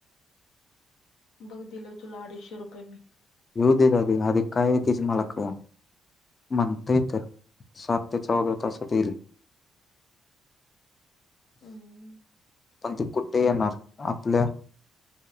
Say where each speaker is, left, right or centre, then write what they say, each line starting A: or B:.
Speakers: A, on the left (about 90°); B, on the left (about 35°).
A: बघ दिलं तुला अडीचशे रुपये मी.
B: येऊ द्या आधी मला काय हाय तेच कळना. म्हणते तर सात ते चौदा तासात येईल.
A: हम्म
B: पण ते कुठे येणार? आपल्या